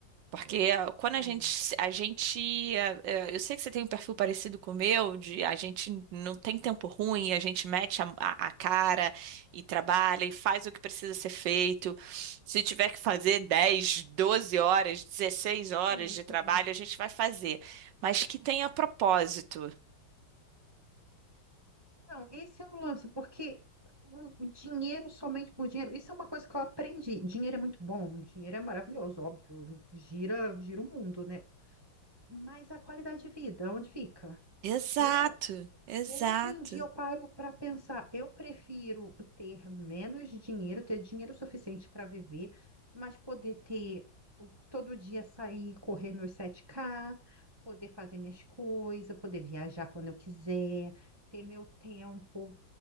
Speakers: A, on the right; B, on the right.
A: Porque ah, quando
B: sim,
A: a gente, a gente, ah, ah, eu sei que você tem um perfil parecido com o meu, de a gente não tem tempo ruim, a gente mete a, a- a cara e trabalha e faz o que precisa ser feito. Se tiver que fazer 10 12 horas, dezesseis horas
B: sim,
A: de
B: sim.
A: trabalho, a gente vai fazer, mas que tenha propósito.
B: Não, esse é o lance, porque o o dinheiro somente por dinheiro, isso é uma coisa que eu aprendi. Dinheiro é muito bom, dinheiro é maravilhoso, óbvio, gira, gira o mundo, né? Mas a qualidade de vida, onde fica?
A: Exato,
B: Eu,
A: exato.
B: Hoje em dia eu paro para pensar, eu prefiro ter menos dinheiro, ter dinheiro suficiente para viver, mas poder ter o- todo dia sair, correr meus 7K, poder fazer minhas coisas, poder viajar quando eu quiser, ter meu tempo.